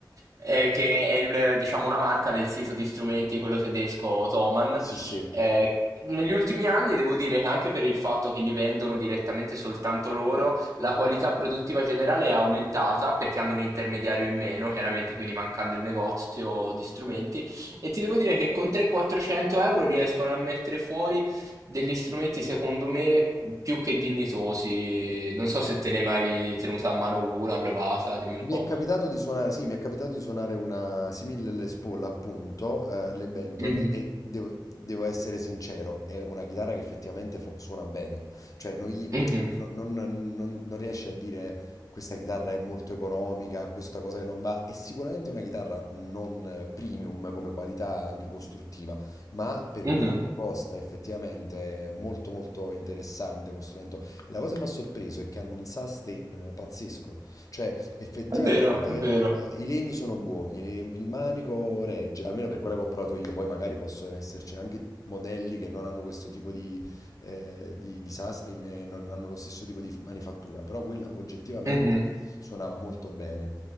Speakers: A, on the right (about 40°); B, on the left (about 45°).
A: eh, che è il, diciamo una marca del sito di strumenti, quello tedesco Ottoman.
B: Sì, sì.
A: Eh, negli ultimi anni devo dire che anche per il fatto che li vendono direttamente soltanto loro, la qualità produttiva generale è aumentata perché hanno un intermediario in meno, chiaramente quindi mancando il negozio di strumenti. E ti devo dire che con 300-400 euro riescono a mettere fuori degli strumenti secondo me più che dignitosi. Non so se te ne hai mai tenuta a mano una, provata, dimmi un
B: Mi
A: po'.
B: è capitato di suonare, sì, mi è capitato di suonare una simile Les Paul, appunto, eh, Harley Benton,
A: Mhm,
B: e devo, devo essere sincero, è una chitarra che effettivamente fu- suona bene, cioè non, gli-
A: mhm,
B: no, non, non- non- non riesci a dire questa chitarra è molto economica, questa cosa che non va, è sicuramente una chitarra non eh, premium come qualità anche costruttiva, ma per
A: mhm,
B: quello che costa effettivamente è molto molto interessante questo strumento. E la cosa che mi ha sorpreso è che hanno un sustain eh, pazzesco. Cioè, effettivamente,
A: È vero, è vero.
B: eh, i legni sono buoni, il il manico regge, almeno per quella che ho provato io. Poi magari possono esserci anche modelli che non hanno questo tipo di, eh, di, di sustain e non hanno lo stesso tipo di f- manifattura, però quella oggettivamente
A: mhm,
B: suonava molto bene.